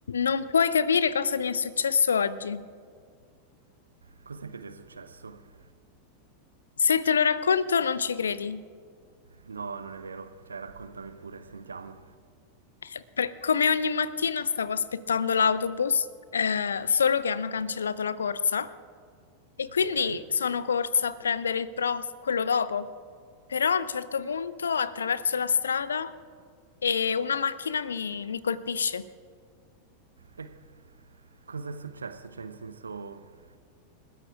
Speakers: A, on the left; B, on the right.
A: Non puoi capire cosa mi è successo oggi.
B: Cos'è che ti è successo?
A: Se te lo racconto, non ci credi.
B: No, non è vero. Cioè, raccontami pure, sentiamo.
A: Eh, per- come ogni mattina stavo aspettando l'autobus, eh, solo che hanno cancellato la corsa e quindi
B: Ok.
A: sono corsa a prendere il pro, quello dopo. Però a un certo punto attraverso la strada e una macchina mi, mi colpisce.
B: E cos'è successo? Cioè, in senso...